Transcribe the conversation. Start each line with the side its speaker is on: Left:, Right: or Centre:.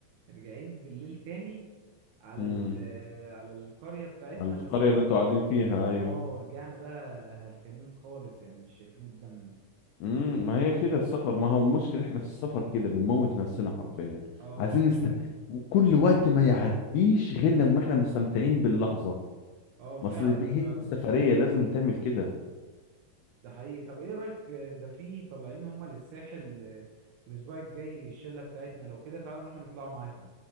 Right: راجعين بالليل تاني على
Left: امم
Right: ال على القرية بتاعتنا
Left: على القريه
Right: بس طبعا
Left: اللي انتوا قاعدين فيها ايوه
Right: اه رجعنا بقى هلكانين خالص يعني مش شايفين قدامنا
Left: امم ما هي كده السفر ما هو المشكله احنا في السفر كده بنموت نفسنا حرفيا
Right: اه
Left: عايزين
Right: آه، ده
Left: نست
Right: حقيقي
Left: كل وقت ما يعديش غير لما احنا مستمتعين باللحظه
Right: اه فعلا
Left: ما اصل دي
Right: فعلا
Left: هي دي السفرية لازم تعمل كده
Right: ده حقيقي طب ايه رأيك آه، ده في طالعين هما للساحل آه، الاسبوع الجاي الشلة بتاعتنا لو كده تعالى نروح نطلعوا معاهم